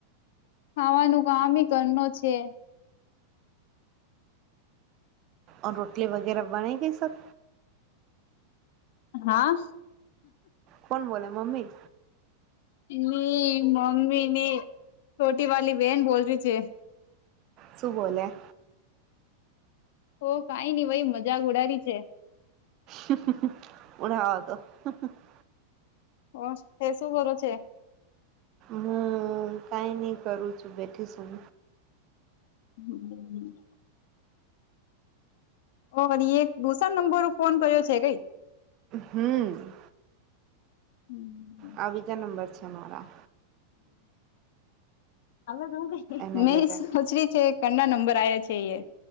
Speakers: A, on the left; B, on the right.
A: ખાવાનું કામ ઈ કરનું છે.
B: ઓર રોટલી વગેરે બની ગઈ સબ
A: હા.
B: કોણ બોલે મમ્મી.
A: ની મમ્મીની છોટી વાલી બેહેન બોલ રહી છે.
B: શું બોલે.
A: ઓ કંઈ નઈ ભાઈ મજાક ઉડારી છે.
B: હમ હમ હમ ઉડાવવા દો <unintelligible>
A: ઓહ તે શું કરો છે.
B: હું કંઈ નહી કરું છું બેઠીશું.
A: હમ્મ હામ. ઓ એક દુસરા નંબર પર ફોન કર્યો છે કંઈ.
B: હમ્મ.
A: હમ્મ.
B: આ બીજા નંબર છે મારા.
A: હા હવે
B: એને
A: મે
B: લીધે
A: સોચરી છે પહેલા નંબર નંબર આવ્યા છે એ.